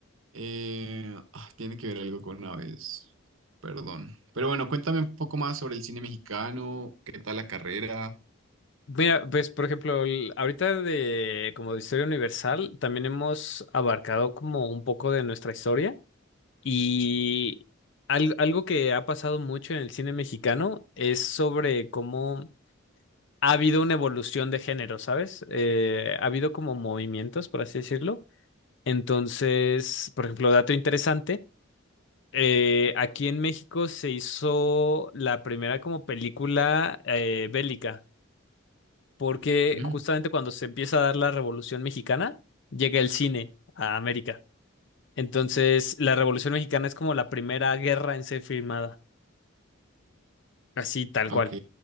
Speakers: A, on the right (about 70°); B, on the left (about 60°).
A: eh, ah, tiene que ver algo con aves. Perdón. Pero bueno, cuéntame un poco más sobre el cine mexicano, qué tal la carrera.
B: Mira, pues por ejemplo, el- ahorita de como de historia universal, también hemos abarcado como un poco de nuestra historia y al- algo que ha pasado mucho en el cine mexicano es sobre cómo ha habido una evolución de género, ¿sabes? Eh, ha habido como movimientos, por así decirlo. Entonces, por ejemplo, dato interesante, eh, aquí en México se hizo la primera como película eh, bélica porque
A: Mm,
B: justamente cuando se empieza a dar la Revolución Mexicana, llega el cine a América. Entonces, la Revolución Mexicana es como la primera guerra en ser filmada, así tal
A: ok.
B: cual.